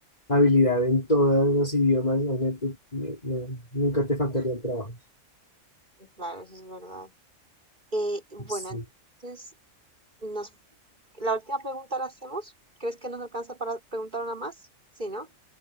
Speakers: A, on the left; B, on the right.
A: habilidad en todos los idiomas, obviamente, eh, no, nunca te faltaría el trabajo.
B: Claro, eso es verdad. Eh, bueno,
A: Sí.
B: entonces, nos, la última pregunta la hacemos. ¿Crees que nos alcanza para preguntar una más? Sí, ¿no?